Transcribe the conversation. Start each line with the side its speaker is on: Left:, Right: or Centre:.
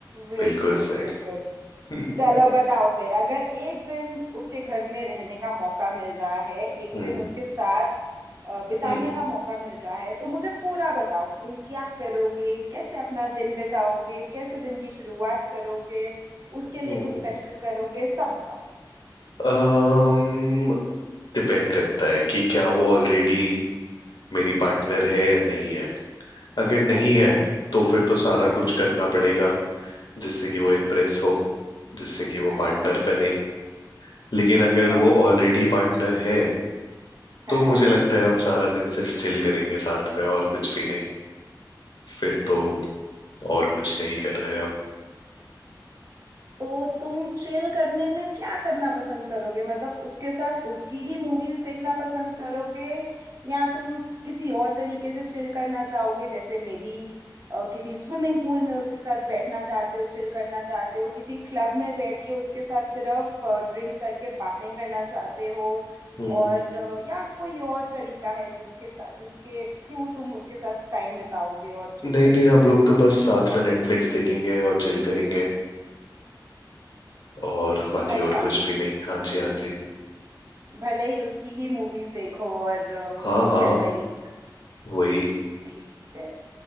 Right: बिल्कुल
Left: बिल्कुल सही
Right: बिल्कुल
Left: <laughs> हम्म
Right: चलो बताओ फिर अगर एक दिन उसके घर में रहने का मौका मिल रहा है एक
Left: हम्म
Right: दिन उसके साथ अ, बिताने
Left: हम्म
Right: का मौका मिल रहा है तो मुझे पूरा बताओ कि तुम क्या करोगे कैसे अपना दिन बिताओगे कैसे दिन की शुरुआत करोगे उसके
Left: हम्म
Right: लिए कुछ स्पेशल करोगे सब बताओ
Left: um, डिपेंड करता है कि क्या वो ऑलरेडी मेरी पार्टनर है या नहीं है अगर नहीं
Right: अच्छा
Left: है तो फिर तो सारा
Right: हाँ
Left: कुछ करना पड़ेगा जिससे कि वो इम्प्रेस हो जिससे कि
Right: हाँ
Left: वो पार्टनर बने लेकिन अगर
Right: अच्छा
Left: वो ऑलरेडी पार्टनर है
Right: हाँ
Left: तो मुझे लगता है हम सारा दिन सिर्फ चिल करेंगे साथ में और कुछ भी नहीं फिर तो और कुछ नहीं कर रहे हम
Right: तो तुम चिल करने में क्या करना पसंद करोगे मतलब उसके साथ उसकी ही मूवीज देखना पसंद करोगे या तुम किसी और तरीके से चिल करना चाहोगे जैसे मे बी किसी स्विमिंग पूल में उसके साथ बैठना चाहते हो चिल करना चाहते हो किसी क्लब में बैठ के उसके साथ सिर्फ ड्रिंक करके बातें करना चाहते हो
Left: हम्म
Right: और अ, या कोई और तरीका है जिसके साथ जिसके थ्रू तुम उसके साथ टाइम बिताओगे और चिल
Left: नहीं
Right: करोगे
Left: नहीं हम लोग तो बस साथ में नेटफ्लिक्स देखेंगे और चिल करेंगे और बाकी
Right: अच्छा,
Left: और कुछ भी नहीं हाँ जी हाँ जी
Right: भले ही उसकी ही मूवीज देखो और अ,
Left: हाँ
Right: कुछ
Left: हाँ
Right: ऐसा ही
Left: वही
Right: ठीक है